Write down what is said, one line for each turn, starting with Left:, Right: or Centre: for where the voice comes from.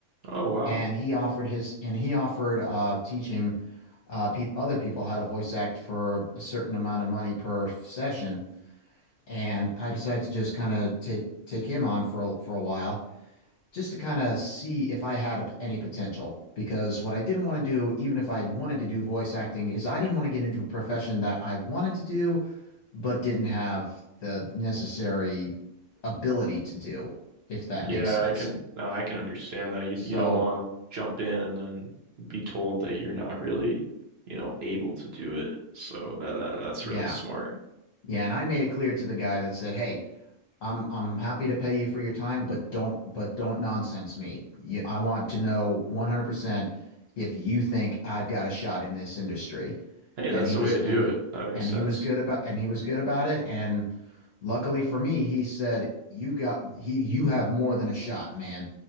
Right: Oh, wow.
Left: And he offered his and he offered uh, teaching uh, peop other people how to voice act for a certain amount of money per session. And I decided to just kind of take take him on for a, for a while just to kind of see if I had p- any potential. Because what I didn't want to do, even if I wanted to do voice acting, is I didn't want to get into a profession that I wanted to do, but didn't have the necessary ability to do, if that
Right: Yeah,
Left: makes sense.
Right: I can uh, I can understand that. You
Left: So,
Right: you don't want to jump in and then be told that you're not really, you know, able to do it. So that that that's
Left: yeah.
Right: really smart.
Left: Yeah. And I made it clear to the guy that said, Hey, I'm I'm happy to pay you for your time, but don't but don't nonsense me. You, I want to know 100% if you think I've got a shot in this industry.
Right: Hey,
Left: And
Right: that's
Left: he
Right: the
Left: was
Right: way to do
Left: and
Right: it. That makes
Left: and
Right: sense.
Left: he was good about and he was good about it. And luckily for me, he said, "You've got he you have more than a shot, man.